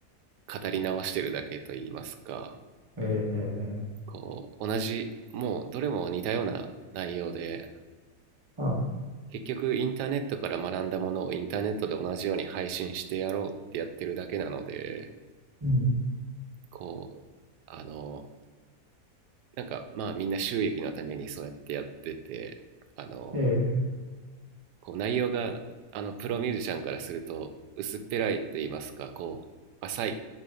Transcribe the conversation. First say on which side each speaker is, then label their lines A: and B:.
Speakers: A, on the right; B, on the right.
A: 語り直してるだけと言いますか、
B: ええ
A: こう同じ、もうどれも似たような内容で
B: あ、
A: 結局インターネットから学んだものをインターネットで同じように配信してやろうってやってるだけなので、
B: うん、
A: こうあのなんかまあみんな収益のためにそうやってやっててあの
B: ええ、
A: こう内容があのプロミュージシャンからすると薄っぺらいと言いますかこう浅い